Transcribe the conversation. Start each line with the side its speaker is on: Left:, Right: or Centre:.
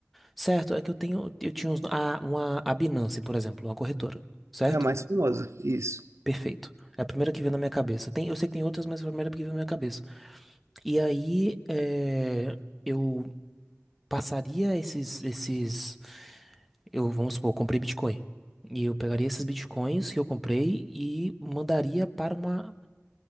Centre: certo, é que eu tenho eu tinha uns, a, uma a Binance, por exemplo, uma corretora, certo?
Right: É a mais famosa, isso.
Centre: Perfeito. É a primeira que veio na minha cabeça. Tem, eu sei que tem outras, mas é a primeira que veio na minha cabeça. E aí, é, eu passaria esses, esses, eu, vamos supor, eu comprei Bitcoin. E eu pegaria esses Bitcoins que eu comprei e mandaria para uma,